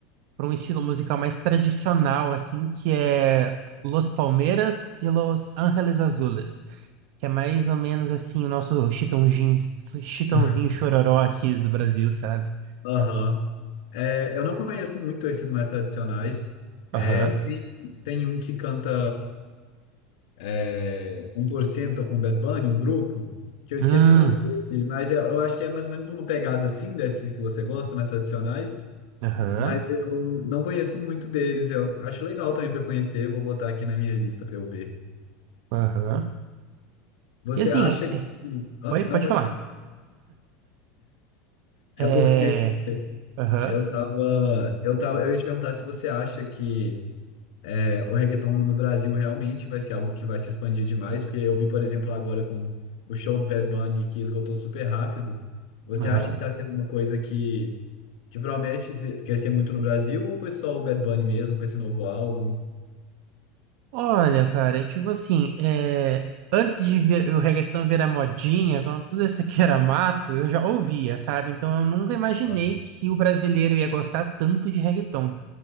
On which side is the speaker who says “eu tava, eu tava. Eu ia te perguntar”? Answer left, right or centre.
Left